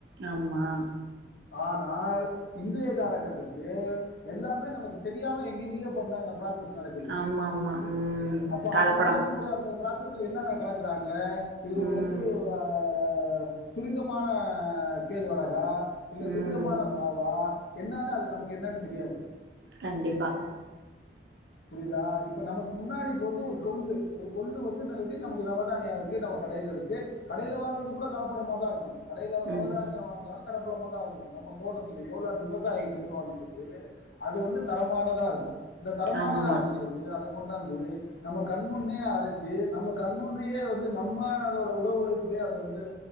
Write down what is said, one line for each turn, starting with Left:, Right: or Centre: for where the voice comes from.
Right: ஆமா
Left: ஆனால் இன்டைய காலகட்டத்தில் எல்லாமே நமக்கு தெரியாம எங்கெங்கேயோ பண்றாங்க ப்ராசஸ் நடக்குது
Right: ஆமா ஆமா ம்
Left: அப்ப
Right: கலப்படம்
Left: அங்க நடக்கும்பொழுது அந்த பிராஸ் டீ தூள்ல என்னென்ன கலக்குறாங்க இது
Right: ம்
Left: வந்து ஆஹ் துரிதமான கேழ்வெரகா இல்ல
Right: ம்
Left: துரிதமான மாவா என்னான்னா அது நமக்கு என்னன்னு தெரியாது
Right: கண்டிப்பா
Left: புரியுதா இப்ப நமக்கு முன்னாடி இப்ப வந்து ஒரு கொள்ளு ஒரு கொள்ளு வந்து நருக்கு நமக்கு நவ தானிய இருக்கு நம்ம கடைல இருக்கு கடைல வாங்குறது கூட கலப்படமாதா இருக்கு கடைல நவதானிய
Right: ம்
Left: வாங்குனாலு கடப்புளமா தா இருக்கு நம்ம தோட்டத்துல எவ்ளானு விவசாயிகிட்ட இருந்து வாங்கிறது அது வந்து தரமானதா இருக்கு தரமானதா
Right: ஆமா
Left: இருக்கும் பொழுது அத கொண்டாந்து நம்ம கண்முன்னே அரைச்சு நம்ம கண்முன்னயே வந்து நம்மளோட உடல் உழைப்புலே அத வந்து